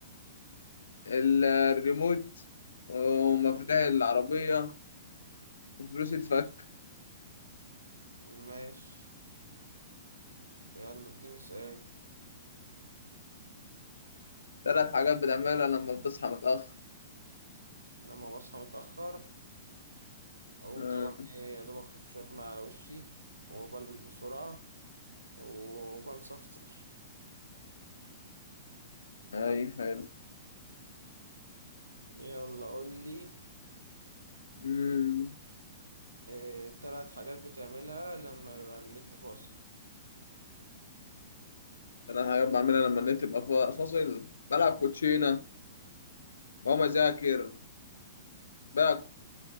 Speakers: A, on the left; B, on the right.
A: ال- الريموت ومفاتيح
B: ماشي
A: العربية وفلوس الفك
B: ماشي يلا اديني سؤال
A: تلات حاجات بتعملها لما بتصحى متأخر
B: لما بصحى متأخر أقوم
A: آه،
B: طبعا إيه يا دوبك أحط شوية مية على وشي وبلبس بسرعة وبنصفر
A: اي حلو
B: يلا قول لي
A: أمم،
B: آه، تلات حاجات بتعملها لما يبقى النت فاصل
A: تلات حاجات بعملها لما النت يبقى فا- فاصل بلعب كوتشينة بقوم أذاكر بقى